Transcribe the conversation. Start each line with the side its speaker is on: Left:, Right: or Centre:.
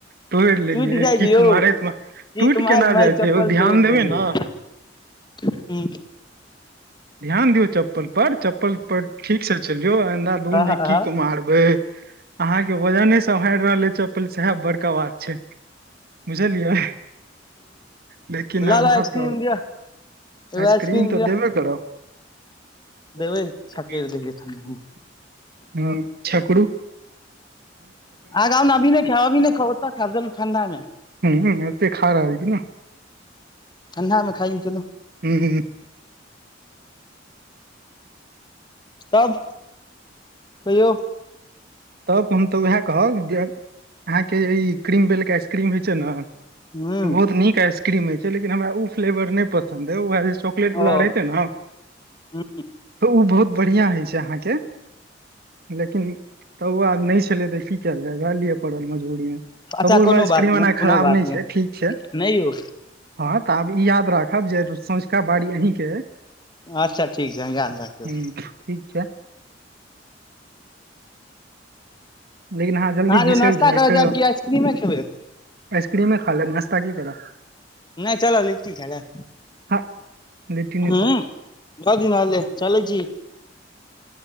Right: तोड़ि लेलियै
Left: टूटि जाइ
Right: किक
Left: छै यौ
Right: मारैत मे
Left: क
Right: टूटि
Left: <unintelligible> क मत
Right: केना
Left: महि
Right: जाइ
Left: चप्पल
Right: छै ओ ध्यान
Left: तोड़ि
Right: देबै
Left: देलियै
Right: ने
Left: हूं
Right: ध्यान दियौ चप् पल पर चप्पल पर ठीक से चलियौ अन्धा दून
Left: ह
Right: जे
Left: ह
Right: कीक
Left: ह ह
Right: मारबै आंहा के वजने सम्हारि रहल अछि चप्पल सएह बड़का बात छै बुझलियै लेकिन
Left: लऽ
Right: अहाँ
Left: लऽ आइसक्रीम
Right: तऽ
Left: दिअ एगो
Right: आइसक्रीम तऽ
Left: दिअ
Right: देबे करब <unintelligible>
Left: देबै छकैर देलियै ठंडा मे।
Right: हं छकुरू
Left: आगा मे अभी न खाउ अभी खाउ ओत खेब चलू ठंडा मे
Right: हूं हूं एतऽ खा रहल छी न
Left: ठंडा मे खाइ ले चलु
Right: हूं हूं
Left: तब कहियौ
Right: तब हम तऽ उएह कहब जे अहाँके ई क्रीम बेल के आइसक्रीम होइ छै ने
Left: ह
Right: बहुत नीक आइसक्रीम होइ छै लेकिन हमरा ओ फ्लेवर नय पसन्द अई ऐसे दुआरे सं पेट
Left: ओ
Right: लहरै तैं ना
Left: ह
Right: त आहा के लेकिन तब ओ आब नहि छलै तऽ की कयल जायएह लियए पड़ल मजबूरी मे
Left: अच्छा
Right: तबू
Left: कोनो
Right: भाई आइसक्रीम
Left: बात नहि
Right: एना
Left: कोनो
Right: खराब
Left: बात
Right: नहि छै ठीक छैय
Left: नहि यौ
Right: हँ तऽ आब ई याद राखब जे सँंझुका बाड़ी अहींके
Left: अच्छा ठीक छै हम धाद राखबै
Right: हूँ ठीक छै लेकिन आहा
Left: साँझ
Right: जल्दी बिसर
Left: मे नास्ता
Right: जायछियै
Left: करऽ जायब कि आइसक्रीमे खेबै
Right: आइसक्रीमे खा ले नाश्ता की करब
Left: नहि चल लिखट खाय ले
Right: हँ लिट्टी नहि
Left: हू
Right: खाउ
Left: भरि धदिनलगी चलै छी